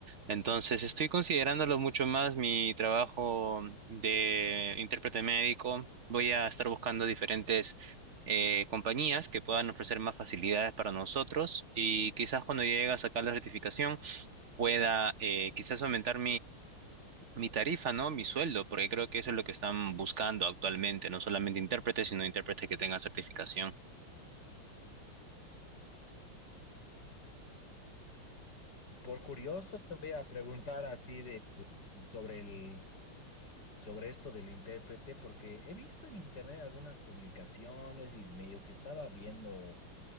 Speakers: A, on the right (about 55°); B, on the left (about 50°).
A: Entonces estoy considerándolo mucho más mi trabajo de intérprete médico. Voy a estar buscando diferentes eh, compañías que puedan ofrecer más facilidades para nosotros y quizás cuando llegue a sacar la certificación pueda eh, quizás aumentar mi tarifa, ¿no? Mi sueldo, porque creo que eso es lo que están buscando actualmente, no solamente intérpretes, sino intérpretes que tengan certificación.
B: Por curioso, te voy a preguntar así de sobre el... sobre esto del intérprete, porque he visto en internet algunas publicaciones y medio que estaba viendo